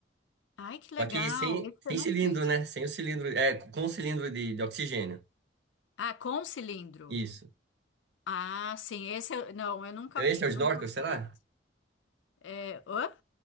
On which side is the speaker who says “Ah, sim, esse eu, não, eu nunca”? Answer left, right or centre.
Left